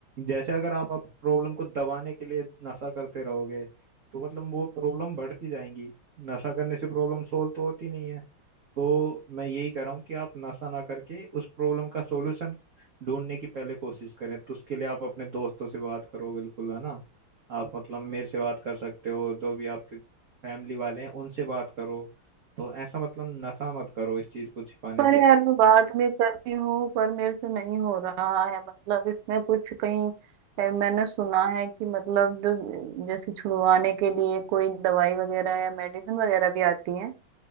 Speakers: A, on the right; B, on the right.
A: जैसे अगर आप आप प्रॉब्लम को दबाने के लिए नशा करते रहोगे तो मतलब वो प्रॉब्लम बढ़ती जाएंगी नशा करने से प्रॉब्लम सोल्व तो होती नहीं है तो मैं यही कह रहा हूँ कि आप नशा ना करके उस प्रॉब्लम का सॉल्यूशन ढूंढने की पहले कोशिश करें तो उसके लिए आप अपने दोस्तों से बात करो बिल्कुल है ना आप मतलब मेरे से बात कर सकते हो जो भी आपके फैमिली वाले हैं उनसे बात करो तो ऐसा मतलब नशा मत करो इस चीज को छिपाने
B: पर
A: के लिए
B: यार मैं बाद में कर रही हूँ पर मेरे से नहीं हो रहा है मतलब इसमें कुछ कहीं ए, मैंने सुना है कि मतलब जो जैसे छुड़वाने के लिए कोई दवाई वगैरह या मेडिसिन वगैरह भी आती है